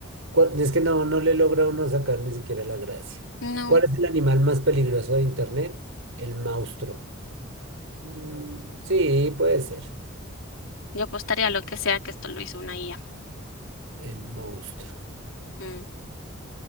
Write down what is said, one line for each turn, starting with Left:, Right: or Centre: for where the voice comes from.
Right: ¿Cuál- Es que no, no le logra uno sacar ni siquiera la gracia.
Left: No,
Right: ¿Cuál es el animal más peligroso de Internet? El monstruo. Mm, sí, puede ser.
Left: yo apostaría a lo que sea que esto lo hizo una IA.
Right: El monstruo.
Left: Mm,